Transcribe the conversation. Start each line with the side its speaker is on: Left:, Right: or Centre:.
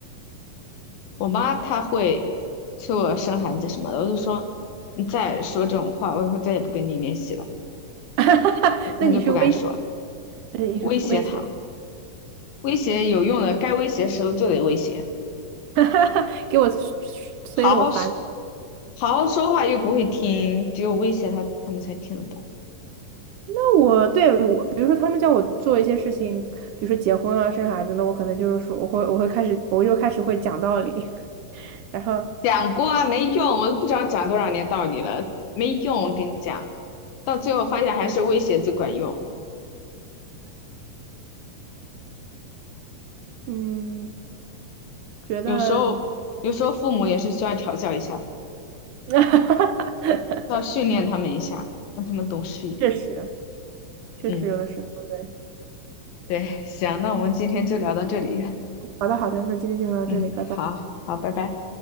Left: 我妈她会催我生孩子什么的，我就说你再说这种话，我以后再也不跟你联系了。
Right: <laughs>
Left: 她就不敢说，
Right: 那你是威胁，那你是威胁，
Left: 威胁她，威胁有用的，该威胁的时候就得威胁，
Right: <laughs> 给我催的我烦。
Left: 好好说，好好说话又不会听，只有威胁她，他们才听得懂。
Right: 那我对我，比如说他们叫我做一些事情，比如说结婚啊、生孩子，那我可能就是说我会我会开始，我就开始会讲道理，<laughs> 然后
Left: 讲过啊，没用，我都不知道讲多少年道理了，没用，我跟你讲，到最后发现还是威胁最管用。
Right: 嗯，觉得
Left: 有时候，有时候父母也是需要调教一下的，
Right: <laughs>
Left: 要训练他们一下，让他们懂事一点。
Right: 确实确实有的时候对。
Left: 嗯。对，行，那我们今天就聊到这里。
Right: 好的好的，那今天就聊到这里，
Left: 嗯，
Right: 拜拜。
Left: 好好，拜拜。